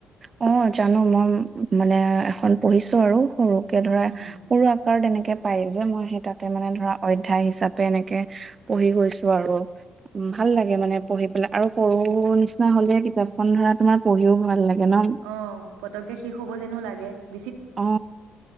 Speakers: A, on the right; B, on the right.
A: অ জানো, মই মানে এখন পঢ়িছো আৰু। সৰুকে ধৰা
B: উম,
A: সৰু আকাৰ তেনেকে পায় যে মই সেই তাতে মানে ধৰা অধ্যায় হিচাপে এনেকে পঢ়ি গৈছো আৰু উম, ভাল লাগে মানে পঢ়ি পেলায়। আৰু <unintelligible> নিচিনা হ'লে কিতাপখন ধৰা তোমাৰ পঢ়িও ভাল লাগে। ন।
B: অ পতককে শেষ হব যেনো লা <unintelligible> <unintelligible>
A: অ'